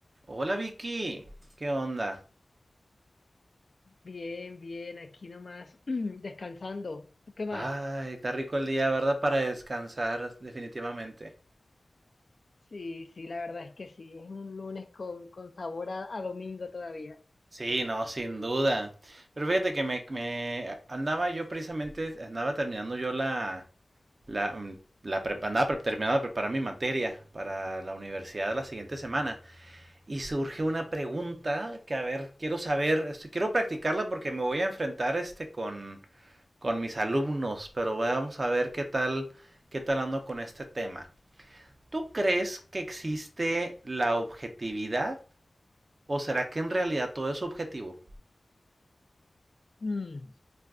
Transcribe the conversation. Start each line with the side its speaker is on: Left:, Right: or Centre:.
Right: Hola Vicky, ¿qué onda?
Left: Bien, bien, aquí nomás <clears throat> descansando. ¿Tú qué más?
Right: Ay, está rico el día, ¿verdad? Para descansar, definitivamente.
Left: Sí, sí, la verdad es que sí, es un lunes con, con sabor a, a domingo todavía.
Right: Sí, no, sin duda. Pero fíjate que me, me- andaba yo precisamente, andaba terminando yo la, la, mm, la prep- andaba pre- terminando de preparar mi materia para la universidad la siguiente semana. Y surge una pregunta que, a ver, quiero saber, esto- quiero practicarla porque me voy a enfrentar este con, con mis alumnos, pero vamos a ver qué tal, qué tal ando con este tema. ¿Tú crees que existe la objetividad o será que en realidad todo es objetivo?
Left: Mm,